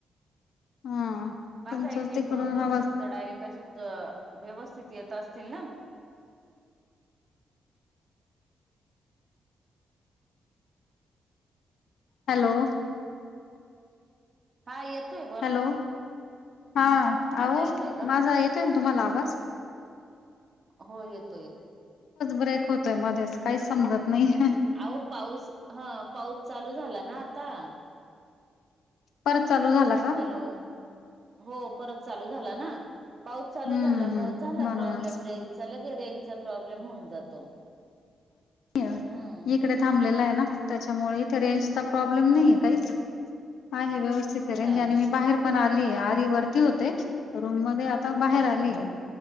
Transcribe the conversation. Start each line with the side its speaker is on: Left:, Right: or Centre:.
Left: हा.
Right: माझा
Left: तुमचाच
Right: एक
Left: तिकडून
Right: एक दोन दोन
Left: आवाज
Right: शब्द डायरेक्ट असे व्यवस्थित येत असतील ना.
Left: हॅलो.
Right: हा येतोय बघ.
Left: हॅलो हा
Right: आता
Left: अहो
Right: येतोय का?
Left: माझा येतोय ना तुम्हाला आवाज.
Right: हो येत.
Left: ब्रेक होतोय मध्येच काही समजत नाहीये.
Right: अहो पाऊस ह पाऊस चालू झाला ना आता.
Left: परत चालू झाला. का?
Right: हॅलो हो परत चालू झाला ना. पाऊस चालू
Left: हम्म
Right: झाला
Left: हम्म
Right: मग झाला
Left: म्हणूनच
Right: प्रॉब्लेम रेजचा लगे रेजचा प्रॉब्लेम होऊन जातो.
Left: ह
Right: हम्म
Left: इकडे थांबलेलं आहे ना त्याच्यामुळे रेंज. प्रॉब्लेम
Right: हा
Left: नाही काहीच आहे व्यवस्थित रेंज.
Right: हा ना
Left: पण आली आधी वरती होते् रूम मध्ये आता बाहेर
Right: हा
Left: आलीय
Right: हा